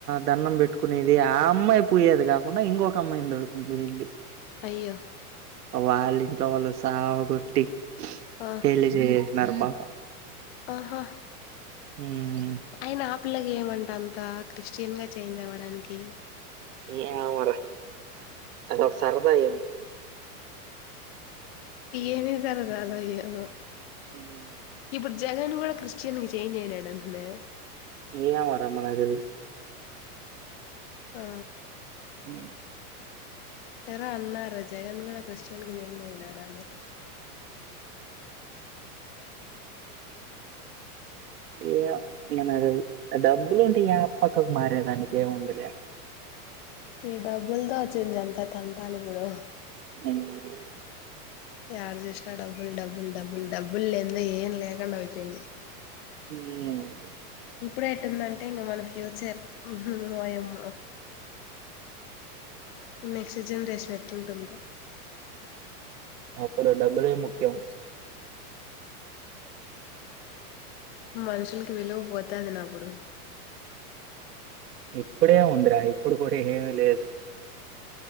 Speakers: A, on the right; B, on the left.
A: ధన్నం బె పట్టుకునేది ఆ అమ్మాయి పోయేది కాకుండా ఇంకొక అమ్మాయిని దొడుకుని పోయింది
B: అయ్యో
A: వాలి ఇంట్లోవాళ్ళు సావ గొట్టి
B: ఆ
A: పెళ్లి జేసినారు పా
B: ఆహా
A: ఉమ్
B: అయినా పిల్లకి ఏమంట అంతా క్రిస్టియన్గా చేంజ్ అవ్వడానికి
A: ఏమోరా అదొక సరదా ఏమో
B: ఏమి జరగాలో ఏమో
A: హ్మ్
B: ఇప్పుడు జగన్ కూడా క్రిస్టియన్ కి చేంజ్ అయనాడంటనే
A: ఏమోరా మనకి దెల్దు
B: ఆ
A: హ్మ్
B: ఎరో అన్నారు జగన్ కూడా క్రిస్టియన్ కి చేంజ్ అయినాడని
A: ఏ మన డబ్బులు ఉంటే యా పక్కకు మారేదానికి ఏముందిలే
B: ఈ డబ్బులతో వచ్చింది ఎంత తంటాలి ఇప్పుడు
A: హ్మ్
B: యాడ చేసినా డబ్బుల్ డబ్బుల్ డబ్బుల్ డబ్బులేందే ఏం లేకుండా అయిపోయింది
A: ఉమ్
B: ఇప్పుడే ఎట్టుందంటే ఇంకా మన ఫ్యూచర్ వోయమ్మ మెక్స్ జనరేషన్ ఎట్టుంటుందో
A: అప్పుడు డబ్బులేే ముఖ్యం
B: మనుషులకి విలువ పోతాది నా అప్పుడు
A: ఇప్పుడే ఉందిరా ఇప్పుడు కూడా ఏమీ లేదు